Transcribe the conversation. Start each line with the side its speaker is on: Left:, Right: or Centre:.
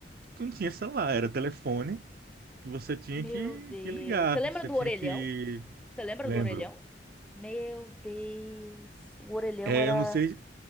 Right: não tinha celular, era telefone que você tinha
Centre: Meu
Right: que,
Centre: Deus.
Right: que ligar,
Centre: Você lembra
Right: você
Centre: do
Right: tinha
Centre: orelhão?
Right: que,
Centre: Você lembra
Right: lembro.
Centre: do orelhão? Meu Deus, o orelhão
Right: É,
Centre: era
Right: eu não sei,